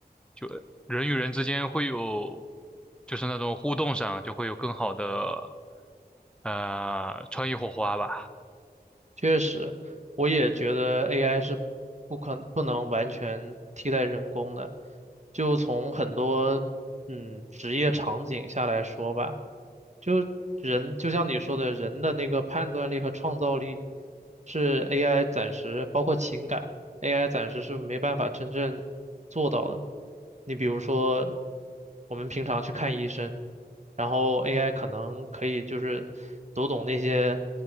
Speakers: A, in the centre; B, on the right (about 45°).
A: 就人与人之间会有，就是那种互动上就会有更好的呃创意火花吧。
B: 确实，我也觉得 AI 是不可不能完全替代人工的。就从很多嗯职业场景下来说吧，就人就像你说的，人的那个判断力和创造力是 AI 暂时包括情感，AI 暂时是没办法真正做到的。你比如说，我们平常去看医生，然后 AI 可能可以就是读懂那些。